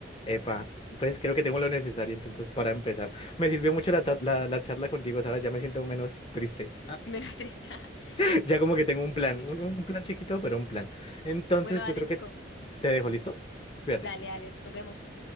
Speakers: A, on the left (about 30°); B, on the left (about 75°).
A: epa, pues creo que tengo lo necesario entonces para empezar. Me sirvió mucho la, ta- la, la charla contigo, ¿sabes? Ya me siento menos triste.
B: <laughs> Menos triste. <laughs>
A: <laughs> ya como que tengo un plan,
B: Listo.
A: un, un plan chiquito, pero un plan. Entonces,
B: Bueno, dale,
A: yo creo
B: Nico.
A: que te dejo, ¿listo? Cuídate.
B: Dale, dale. Nos vemos.